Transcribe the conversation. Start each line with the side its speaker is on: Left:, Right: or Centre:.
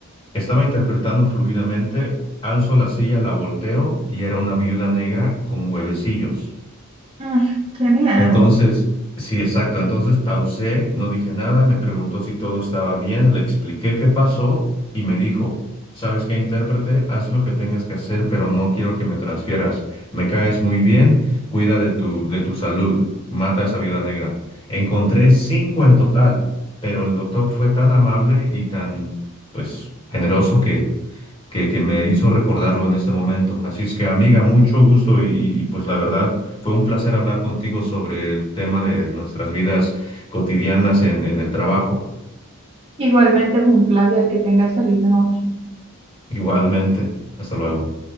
Left: estaba interpretando fluidamente, alzo la silla, la volteo y era una viuda negra con huevecillos.
Right: Mm, qué miedo.
Left: Entonces, sí, exacto. Entonces pausé, no dije nada, me preguntó si todo estaba bien, le expliqué qué pasó y me dijo, ¿sabes qué, intérprete? Haz lo que tengas que hacer, pero no quiero que me transfieras. Me caes muy bien, cuida de tu, de tu salud, mata a esa viuda negra. Encontré cinco en total, pero el doctor fue tan amable y tan, pues, generoso que que, que me hizo recordarlo en este momento. Así es que, amiga, mucho gusto y, y- y, pues la verdad fue un placer hablar contigo sobre el tema de nuestras vidas cotidianas en, en el trabajo.
Right: Igualmente fue un placer que tengas feliz noche.
Left: Igualmente. Hasta luego.